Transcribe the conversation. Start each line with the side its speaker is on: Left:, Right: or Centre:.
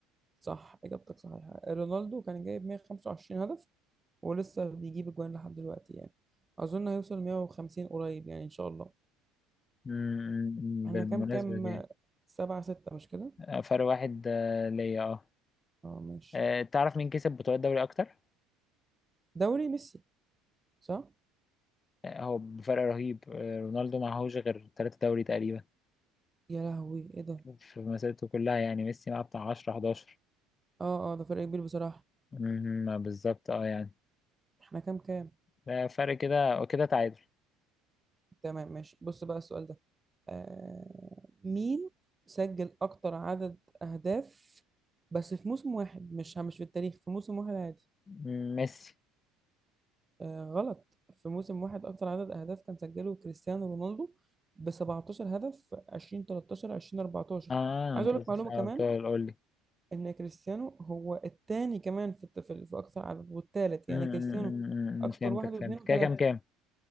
Right: صح إجابتك صحيحة رونالدو كان جايب 125 هدف ولسه بيجيب أجوان لحد دلوقتي يعني أظن هيوصل 150 قريب يعني إن شاء الله
Left: امم
Right: إحنا
Left: بالمناسبة
Right: كام كام
Left: دي
Right: سبعة ستة مش كده
Left: آه، فرق واحد آه، ليا اه
Right: اه ماشي
Left: آه، تعرف مين كسب بطولات دوري أكتر؟
Right: دوري ميسي صح
Left: آه، هو بفرق رهيب آه، رونالدو معهوش غير تلاتة دوري تقريبا
Right: يا لهوي إيه ده
Left: في مسيرته كلها يعني ميسي معاه بتاع عشرة حداشر
Right: اه اه ده فرق كبير بصراحة
Left: امم بالظبط اه يعني
Right: إحنا كام كام
Left: ده فرق كده وكده تعادل
Right: تمام ماشي بص بقى السؤال ده آه مين سجل أكتر عدد أهداف بس في موسم واحد مش مش في التاريخ في موسم واحد عادي
Left: مم، ميسي
Right: آه غلط في موسم واحد أكتر عدد أهداف كان سجله كريستيانو رونالدو ب 17 هدف في 2013 2014
Left: اه
Right: عايز
Left: انت
Right: أقول
Left: قصدك
Right: لك معلومة
Left: اه
Right: كمان
Left: بتقول قول لي
Right: إن كريستيانو هو التاني كمان في الت- في في أكتر عدد والتالت
Left: مم،
Right: يعني
Left: مم،
Right: كريستيانو
Left: مم،
Right: أكتر
Left: مم، فهمتك
Right: واحد واثنين
Left: فهمتك كده
Right: وثلاثة
Left: كام كام